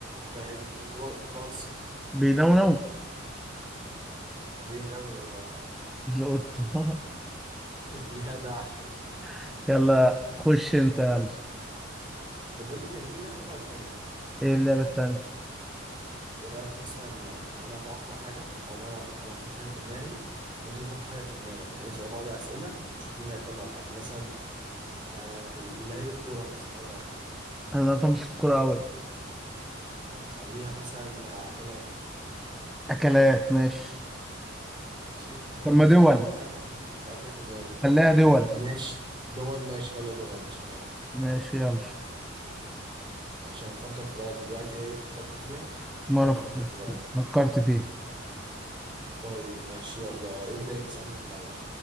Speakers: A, on the right (about 25°); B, in the centre.
A: يعني و- متوسط
B: بينونو
A: بيناوله أه
B: القطة
A: <laughs> جدع
B: <laughs> يلا خش انت يلا
A: طب بقول لك إيه ما تيجي نلعب لعبة تانية
B: ايه اللعبة التانية
A: ايه رايك مثلا انا اتوقع حاجه او ما انا انا احط حاجه في دماغي وانت تحط حاجه في دماغك ونسال بعض اسئله ونشوف مين اللي هيطلع الحاجه مثلا آه لعيب الكوره مثلا ايه رايك
B: انا ما بفهمش في الكورة أوي
A: طب خليها مثلا آه، اكلات
B: أكلات ماشي
A: ماشي انت فكر
B: طب ما
A: في
B: دول
A: اكله في دماغك انا افكر في اكله في دماغي
B: خليها دول
A: ماشي دول ماشي يلا دول ما عنديش مانع
B: ماشي يلا
A: ماشي انا افكر في بلد دلوقتي ايه فكرت فيها
B: ما
A: وانت
B: أنا فكرت
A: فكر في بلد
B: فيه فكرت فيه
A: طيب ماشي يلا ابدا انت اسالني انت الاول